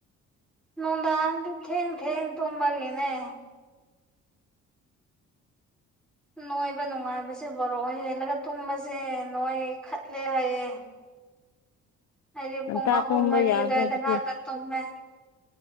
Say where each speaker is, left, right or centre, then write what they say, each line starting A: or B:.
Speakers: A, in the centre; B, on the left.
A: ꯅꯨꯡꯗꯥꯡꯗꯤ ꯊꯦꯡ ꯊꯦꯡ ꯇꯨꯝꯕꯒꯤꯅꯦ ꯅꯣꯏꯕ ꯅꯨꯡꯉꯥꯏꯕꯁꯦ ꯕꯥꯔꯣ ꯍꯦꯜꯂꯒ ꯇꯨꯝꯕꯖꯦ ꯅꯣꯏꯈꯠꯂꯦ ꯍꯥꯏꯌꯦ ꯑꯩꯗꯤ
B: ꯉꯟꯇꯥ
A: ꯄꯨꯡ ꯑꯍꯨꯝ
B: ꯇꯨꯝꯕ
A: ꯃꯔꯤ
B: ꯌꯥꯗ꯭ꯔꯣ
A: ꯑꯗꯨꯋꯥꯏꯗ
B: ꯑꯗꯨꯗꯤ
A: ꯉꯥꯛꯇ ꯇꯨꯝꯃꯦ